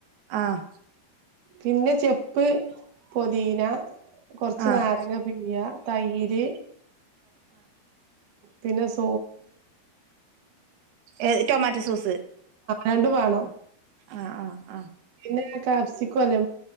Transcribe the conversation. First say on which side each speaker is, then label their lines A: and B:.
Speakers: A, on the right; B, on the right.
A: ആഹ്
B: പിന്നെ ചെപ്പ് പദീന കുറച്ച്
A: ആഹ്
B: നാരങ്ങ പീയ തൈര് പിനസ്
A: ഏ ട്ടൊമാറ്റോ സോസ്
B: രണ്ടു വാണോ
A: ആഹ് ആഹ് ആഹ്
B: ന്നെ കാപ്സിക്കൊല്ലേ